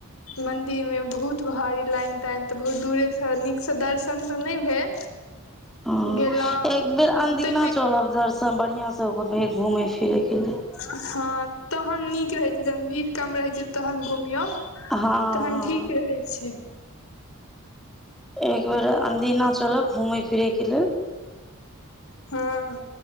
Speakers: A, on the left; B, in the centre.
A: मंदिर मे बहुत भारी लाइन ताइन तऽ बहुत दूरे से नीक से दर्शन तऽ नहि भेल
B: हूँ
A: गेलहुँ
B: एक बेर अनदिना
A: ताहिमे
B: चलल दर सब बढ़िआँसँ घुमै फिरैके लेल
A: हँ तहन नीक रहै छै जन भीड़ कम रहै छै तहन घुमियौ
B: हँ
A: तहन
B: हँ
A: ठीक रहै छै
B: एक बेेर अदिना चलब घूमय फिरे के लेल
A: हँ